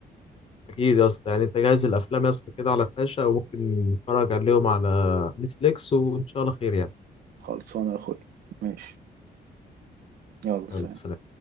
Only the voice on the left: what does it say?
اكيد يا اسطى يعني انت جاهز الافلام يا اسطى كده على فلاشه وممكن نتفرج عليهم على نتفليكس وان شاء الله خير يعني
يلا سلام